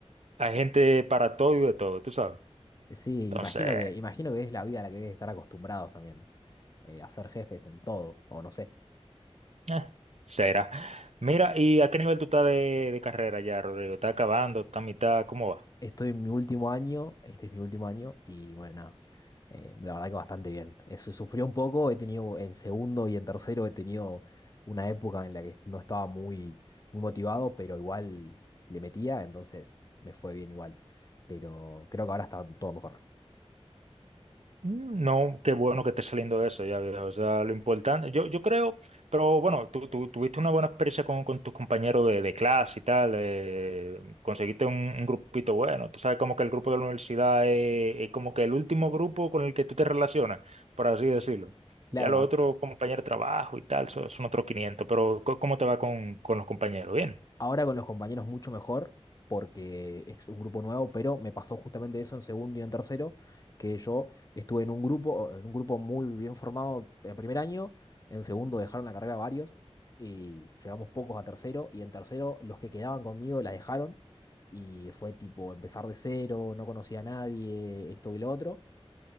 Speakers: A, on the right; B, on the left.
A: hay gente para todo y de todo, tú sabes.
B: Sí,
A: Entonces...
B: imagino que, imagino que es la vida a la que hay que estar acostumbrados también. eh, a ser jefes en todos, o no sé.
A: Eh, será. Mira, ¿y a qué nivel tú estás de, de carrera ya, Rodrigo? ¿Estás acabando? ¿Estás a mitad? ¿Cómo va?
B: Estoy en mi último año, este es mi último año, y bueno, nada, eh, la verdad que bastante bien. eso sufrió un poco, he tenido en segundo y en tercero, he tenido una época en la que no estaba muy, muy motivado, pero igual le metía, entonces me fue bien igual. Pero creo que ahora está todo mejor.
A: Mm, No, qué bueno que esté saliendo eso, ya veo. O sea, lo importante, yo, yo creo, pero bueno, tú, tú tuviste una buena experiencia con, con tus compañeros de, de clase y tal, eh, conseguiste un, un grupito bueno. Tú sabes como que el grupo de la universidad es, es como que el último grupo con el que tú te relacionas, por así decirlo.
B: Claro,
A: Ya los
B: a-
A: otros compañeros de trabajo y tal son, son otros 500, pero ¿cómo cómo te va con, con los compañeros? Bien.
B: Ahora con los compañeros mucho mejor, porque es un grupo nuevo, pero me pasó justamente eso en segundo y en tercero, que yo estuve en un grupo, en un grupo muy bien formado en primer año, en segundo dejaron la carrera varios y llegamos pocos a tercero, y en tercero los que quedaban conmigo la dejaron y fue tipo empezar de cero, no conocía a nadie, esto y lo otro.